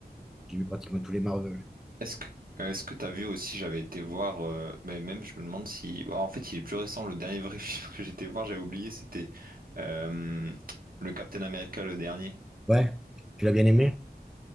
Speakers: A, in the centre; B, on the right.
A: J'ai vu pratiquement tous les Marvel.
B: Est-ce que euh, est-ce que t'as vu aussi, j'avais été voir, euh, mais même je me demande si. Ah, En fait, il est plus récent, le dernier vrai <laughs> film que j'étais voir, j'avais oublié, c'était euh, le Captain America, le dernier.
A: Ouais. Tu l'as bien aimé?